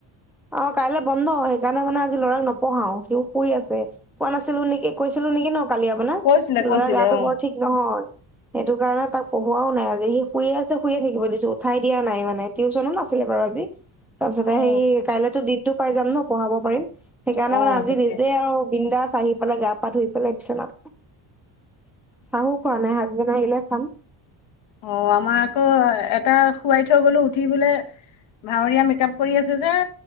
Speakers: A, in the centre; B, on the left (about 75°).
A: অ কাইলৈ বন্ধ সেইকাৰণে মানে আজি লৰাক নপঢ়াও সিও শুই আছে। কোৱা নাছিলো নেকি কৈছিলো নেকি ন কালি আপোনাৰ
B: কৈছিলে
A: ল'ৰা
B: কৈছিলে
A: গাটো
B: অ
A: বৰ ঠিক নহয়। সেইটো কাৰণে তাক পঢ়ুৱাও নাই আজি সি শুইয়ে আছে শুয়ে থাকিব দিছো। উঠাই দিয়া নাই মানে টিউচন ও নাছিলে বাও আজি তাৰপাছত এ
B: অ
A: হেৰি কাইলৈ তৌ দিনটো পাই যাম ন পঢ়াব পাৰিম। সেইকাৰণে
B: অ
A: মানে আজি
B: তাকে
A: নিজে আও বিন্দাছ, আহি পেলাই গা পা ধুই পেলাই বিচনাত চাহো খোৱা নাই হাচবেন নাই আহিলে খাম।
B: অ আমাৰ আকৌ এটা শুৱাই থৈ গলো উঠি বোলে, ভাৱৰীয়া মেকআপ কৰি আছে যে।